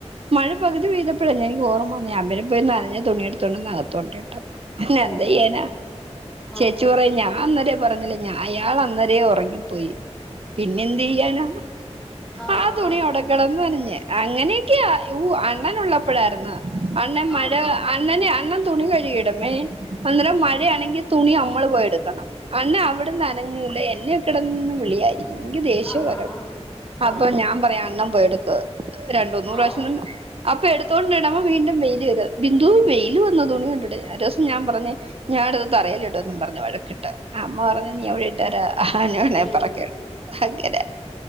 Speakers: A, on the right; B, in the centre.
A: മഴ പകുതി പെയ്തപ്പൊഴ എനിക്ക് ഓർമ്മ വന്നേ ഞാൻ പിന്നെ പോയി നനഞ്ഞ തുണിയടുതോണ്ട് വന്ന് അകത്തോട്ടിട്ട്
B: ഓ
A: എന്ത് ചെയ്യാനാ
B: ഓ ഓ ആഹ്
A: ചേച്ചി
B: ആഹ്
A: പറയ് ഞാൻ അന്നരേ പറഞ്ഞില്ലേ ഞാൻ അയാൾ അന്നരേ ഉറങ്ങിപ്പോയി പിന്നെ എന്ത് ചെയ്യാന
B: ആഹ്
A: ആ തുണി അവിടെ കിടന്ന് നനഞ്ഞ് അങ്ങനെയൊക്കെയാ <unintelligible> അണ്ണൻ ഉള്ളപ്പോഴായിരുന്നു അണ്ണൻ മഴ
B: ആഹ് ആഹ് ആഹ്
A: അണ്ണന് അണ്ണൻ തുണി കഴുകി ഇടും മേ അന്നരം മഴയാണെങ്കിൽ തുണി നമ്മൾ പോയെടുക്കണം അണ്ണൻ അവിടന്ന് അനങ്ങൂല്ല എന്നെ കിടന്ന് വിളിയായിരി നമ്മുക്ക് ദേഷ്യം
B: ആഹ്
A: വരും
B: ആഹ്
A: അപ്പൊ
B: ആഹ്
A: ഞാൻ പറയും അണ്ണൻ പോയെടുക്ക് രണ്ടൂന്ന് പ്രാവശ്യം
B: ആഹ്
A: അപ്പൊ എടുത്തോണ്ട് ഇടമ്പം വീണ്ടും വെയില് വെരും ബിന്ദു വെയില് വന്ന് തുണി കൊണ്ടിട് ഒരു ദിവസം ഞാൻ പറഞ്ഞ് ഞാനിത് തറയിലിടുന്ന് പറഞ്ഞു വഴക്കിട്ട് അമ്മ പറഞ്ഞ് നീ അവിടെ ഇട്ടേരെ അവന് വേണോങ്കിൽ
B: ഉം
A: പറുക്കി ഇടും അങ്ങനെ